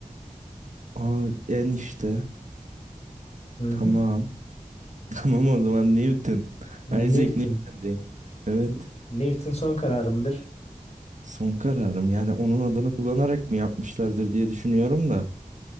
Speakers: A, on the right; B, on the left.
A: Aa en işte.
B: Mhm.
A: Tamam. <laughs> Tamam o zaman Newton.
B: Newton.
A: Isaac Newton diye. Evet.
B: N- Newton son kararımdır.
A: Son kararım yani onun adını kullanarak mı yapmışlardır diye düşünüyorum da.